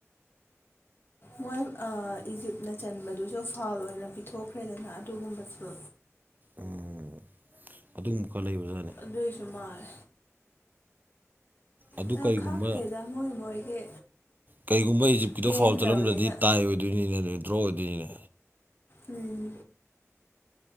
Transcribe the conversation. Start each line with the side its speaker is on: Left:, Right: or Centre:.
Left: ꯃꯣꯏ ꯏꯖꯤꯞꯅ ꯆꯟꯕꯗꯨꯁꯨ ꯐꯥꯎꯜ ꯑꯣꯏꯅ ꯄꯤꯊꯣꯛꯈ꯭ꯔꯦꯗꯅ ꯑꯗꯨꯒꯨꯝꯕꯁꯨ
Right: ꯎꯝ ꯑꯗꯨꯒꯨꯝꯕ ꯈꯔ ꯂꯩꯕꯖꯥꯠ
Left: ꯑꯗꯨꯏꯁꯨ ꯃꯥꯜꯂꯦ
Right: ꯑꯗꯨ
Left: ꯑꯗꯣ
Right: ꯀꯩꯒꯨꯝꯕ
Left: ꯈꯪꯗꯦꯗ ꯃꯣꯏ ꯃꯣꯏꯒꯤ
Right: ꯀꯩꯒꯨꯝꯕ ꯏꯖꯤꯞꯀꯤꯗ
Left: ꯄꯦꯟꯗ꯭ꯔꯕꯅꯤꯅ
Right: ꯐꯥꯎꯜ ꯆꯠꯂꯝꯗ꯭ꯔꯗꯤ ꯇꯥꯏ ꯗꯨꯏꯅꯤꯅꯦ ꯗ꯭ꯔꯣ ꯑꯣꯏꯗꯣꯏꯅꯤꯅꯦ
Left: ꯎꯝ